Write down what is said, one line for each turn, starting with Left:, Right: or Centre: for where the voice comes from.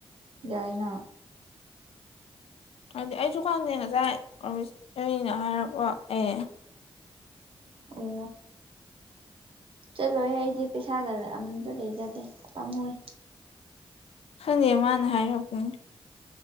Right: ꯌꯥꯥꯏꯅꯥ
Left: ꯍꯥꯏꯗꯤ ꯑꯩ ꯗꯨꯀꯥꯟꯗꯦ ꯉꯁꯥꯏꯩꯅ ꯍꯥꯏꯔꯕꯣ ꯑꯦ
Right: ꯑꯣ ꯆꯠꯂꯣꯏꯍꯦ ꯑꯩꯗꯤ ꯄꯩꯁꯥꯒ ꯑꯝꯇ ꯂꯩꯖꯗꯦ ꯄꯥꯝꯃꯣꯏ
Left: ꯈꯜꯦꯃꯅ ꯍꯥꯏ ꯑꯅꯤ